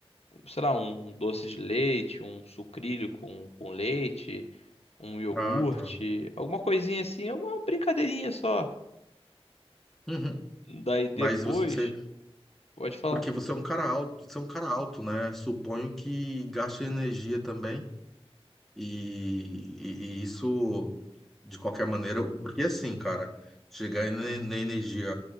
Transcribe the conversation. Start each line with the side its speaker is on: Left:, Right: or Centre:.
Left: sei lá, um doce de leite, um sucrilho com, com leite, um iogurte,
Centre: Ah, tá.
Left: alguma coisinha assim, é uma brincadeirinha só.
Centre: Uhum.
Left: Daí depois,
Centre: Mas você,
Left: pode falar.
Centre: porque você é um cara alto, você é um cara alto, né? Suponho que gasta energia também e, e- e isso de qualquer maneira, porque assim, cara, chegar na na energia,